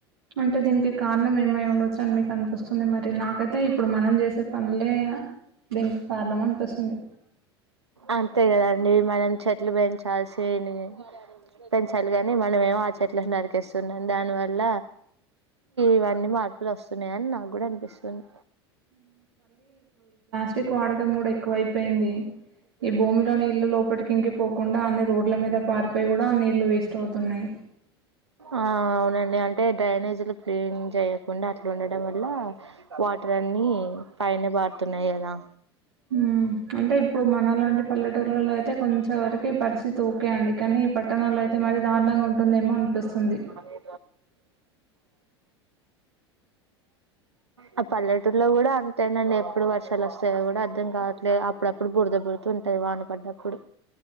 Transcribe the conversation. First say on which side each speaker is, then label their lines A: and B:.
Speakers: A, on the right; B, on the right.
A: అంటే దీనికి కారణం ఏమై ఉండోచ్చు అని మీకు అనిపిస్తుంది మరి నాకైతే ఇప్పుడు మనం చేసే పనులే దినికి కారణం అనిపిస్తుంది
B: అంతే కదండి మనం చెట్లు పెంచాల్సినీ పెంచాలి గని మనమేమో ఆ చెట్లని నరికేస్తున్నాం దానివల్ల ఇవన్నీ మార్పులు వస్తున్నయని నాగుడ అనిపిస్తుంది
A: స్టిక్ వాడకం కూడా ఎక్కువ అయిపోయింది ఈ భూమిలో నీళ్లు లోపటికి ఇంకిపోకుండా అన్ని రోడ్ల మీద పారిపోయి కూడా అ నీళ్లు వేస్ట్ అవుతున్నాయి
B: ఆహ్ అవునండి అన్ టే డ్రైనేజులు క్లీన్ జేయకుండా అట్లుండడం వల్లా వాటర్ అన్ని పైనె పడుతున్నయి గదా
A: మ్మ్ అంటే ఇప్పుడు మన లాంటి పల్లేటుర్ళ్లలో అయితే కొంచె వరకి పరిస్ తీత్ ఓకే అండి కానీ ఈ పట్టణాల్లో అయితే మరీ దారుణంగా ఉంటుందేమో అనిపిస్తుంది
B: <inaudible> ఆ పల్లెటూర్లో గూడా అంతేనాండి ఎప్పుడు వర్షాలు వస్తాయో కూడా అర్థం కాట్లే అప్పుడప్పుడు బురద బుడుతున్ టది వాన పడ్డప్పుడు